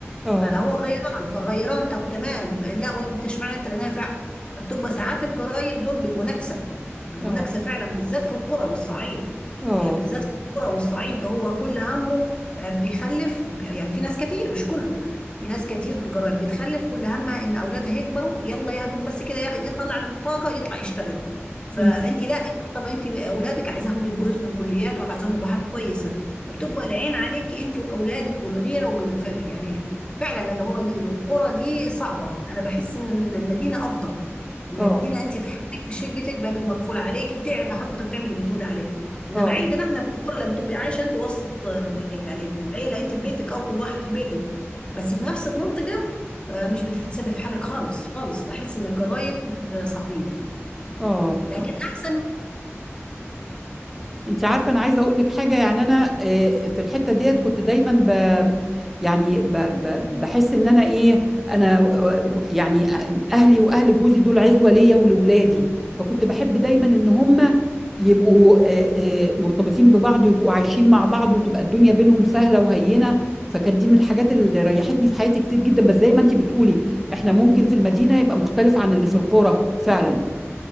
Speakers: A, in the centre; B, on the left (about 20°).
A: اه
B: فهو غيران فغيران طب تمام لا وانت اشمعنى انت لا نافع فبتبقى ساعات الجرايم دول بيبقوا نكسه بيبقوا
A: اه
B: نكسه فعلا بالذات في القرى والصعيد
A: اه
B: يعني بالذات في القرى والصعيد هو كل همه آه، بيخلف يعني في ناس كتير مش كله في ناس كتير في الجرايم بتخلف كل همها ان اولادها يكبروا يلا يا دوب بس كده ياخد- يطلع البطاقه يطلع يشتغل فانت
A: أمم،
B: لا انت طب انت اولادك عايزاهم يبقوا يدخلوا كليات وعايزاهم يبقوا حاجه كويسه فبتبقى العين عليك انت واولادك والغيره وب- ف- يعني فعلا اللي هو القرى دي صعبة أنا بحس إن المدينة أفضل المدينة
A: اه
B: أنت في حالك في شقتك بابك مقفول عليكي تعرفي حضرتك تعمل اللي بتقولي عليه إنما
A: اه
B: عندنا إحنا في القرى لما تبقي عايشة أنت وسط آه، يعني العيلة أنت في بيتك أو كل واحد في بيته بس في نفس المنطقة آه، مش بتتسبب في حالك خالص خالص بحس إن الجرايم آه، صعبين
A: اه
B: لكن أحسن
A: انت عارفه انا عايزه اقول لك حاجه يعني انا آه، في الحته ديت كنت دايما ب يعني ب ب بحس ان انا ايه انا و- و- يعني اهلي واهل جوزي دول عزوه ليا ولولادي فكنت بحب دايما ان هم يبقوا آه، آه، مرتبطين ببعض ويبقوا عايشين مع بعض وتبقى الدنيا بينهم سهله وهينه فكانت دي من الحاجات اللي ريحتني في حياتي كتير جدا بس زي ما انت بتقولي احنا ممكن في المدينه يبقى مختلف عن اللي في القرى فعلا